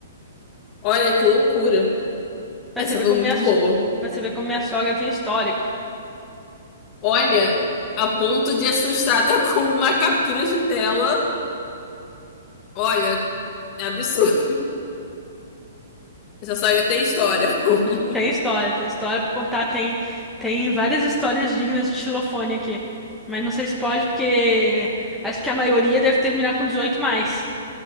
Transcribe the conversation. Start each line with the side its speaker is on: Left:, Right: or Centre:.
Left: Olha que loucura.
Centre: Pra
Left: Essa
Centre: você ver
Left: foi
Centre: como
Left: muito
Centre: minha, so-
Left: boa.
Centre: pra você ver como minha sogra tem histórico.
Left: Olha, a ponto de assustar até com uma captura de tela. Olha, é absurdo. Essa saga tem história. <laughs>
Centre: Tem história, tem história pra contar, tem, tem várias histórias dignas de xilofone aqui. Mas não sei se pode, porque acho que a maioria deve terminar com 18 mais.